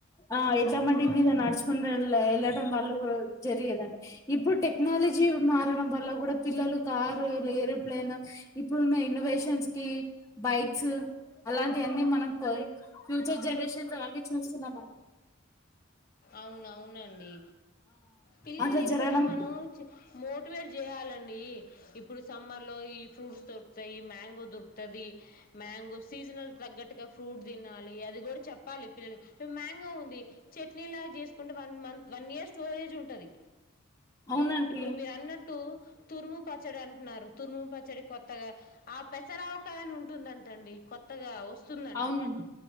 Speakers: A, on the left (about 15°); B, on the left (about 45°).
A: ఆ ఎడ్ల బండి మీద నడుచుకుని వెళ్ళడం వల్ల జరిగేదండి ఇప్పుడు టెక్నాలజీ మారడం వల్ల కూడా పిల్లలు కారు ఏరోప్లేన్ ఇప్పుడున్న ఇన్నోవేషన్స్ కి బైక్స్ అలాంటియన్నీ మనం కో ఫ్యూచర్ జనరేషన్స్ అవన్నీ చూస్తున్నాం
B: అవునవునండి పిల్లలకి
A: అట్లా జరగడం
B: కూడా మనం చి మోటివేట్ చేయాలండి ఇప్పుడు సమ్మర్ లో ఈ ఫ్రూట్స్ దొరుకుతాయి మ్యాంగో దొరుకుతది మ్యాంగో సీజనల్ తగ్గట్టుగా ఫ్రూట్ తినాలి అది కూడా చెప్పాలి పిల్లలకి మ్యాంగో ఉంది చెట్ ట్నీ లాగా చేసుకుంటే one month one year storage ఉంటది
A: అవునండి
B: ఇప్పుడు మీరు అన్నట్టు తురుము పచ్చడి అంటున్నారు తురుము పచ్చడి కొత్తగా ఆ పెసరావకాయని ఉంటుందంట అండి కొత్తగా వస్తుందంట
A: అవునండి